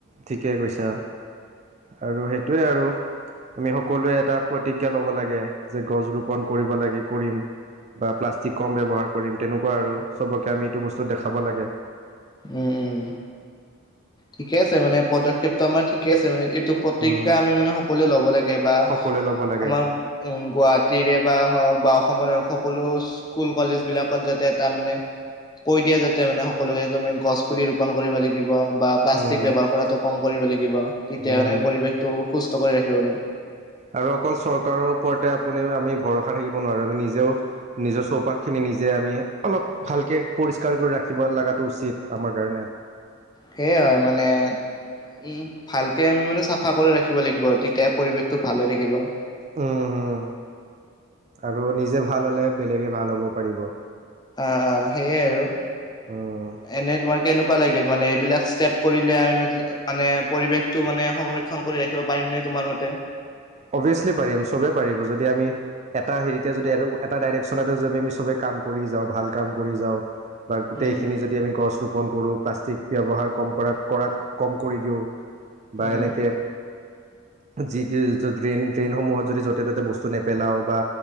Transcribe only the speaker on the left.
উম উম ঠিকে আছে মানে পদক্ষেপটো আমাৰ ঠিকে আছে মানে। এইটো প্ৰতিজ্ঞা
আমি মানে সকলোৱে ল'ব লাগে বা।
আমাৰ উম! গুৱাহাটীৰে বা হওক। বা অসমৰ সকলো স্কুল কলেজ বিলাকত যাতে এটা মানে। কৈ দিয়া যাতে মানে সকলেমি গছ পুলি ৰৰুপন কৰিব লাগিব বা।
প্লাষ্টিক ব্যৱহাৰ কৰাটো কম কৰিব লাগিব তেতিয়াহ'লে
পৰিৱেশটো সুস্থ কৰি ৰাখিব পাৰিম।
সেইয়াই হয় মানে। উম ভালকে আমি মানে চাফা কৰি ৰাখিব লাগিব আৰু তেতিয়া পৰিৱেশটো ভাল হৈ থাকিব।
অঁ অঁ, সেইয়াই আৰু
এনে তোমাৰ। কেনেকুৱা লাগিল মানে এইবিলাক ষ্টেপ কৰিলে আমি মানে পৰিৱেশতটো মানে সংৰক্ষণ কৰি ৰাখিব পাৰিম নে। তোমাৰ মতে
উম
উম